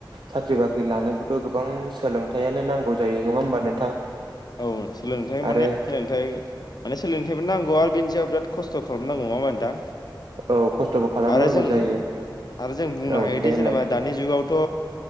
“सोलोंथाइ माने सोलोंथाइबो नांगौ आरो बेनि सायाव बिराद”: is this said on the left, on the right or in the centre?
Left